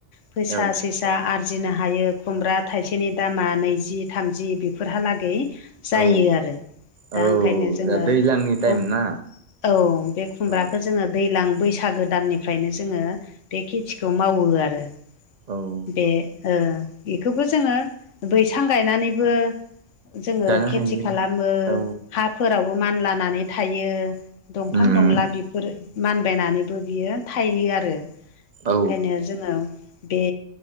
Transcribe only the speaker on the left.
फैसा।
पैसा आर्जिनो हायो खुमब्रा थाइसेनि दामा नैजि थामजि बेफोर हालागै। जायो
आरो
दा ओंखायनो जोङो।
खुम
औ बे खुमब्राखो।
जोङोदैज्लां बैसागो दाननिफ्रायनो जोङो बे खेथिखौ मावो आरो
बे ओ बेखौबो जोङो बैसां गायनानैबो। जोङो
खेथि
खालामो
हा फोरावबो मानलानानै थायो दंफां
दंला बिफोर मानबायनानैबो बियो थायो आरो
ओंखायनो जोङो बे,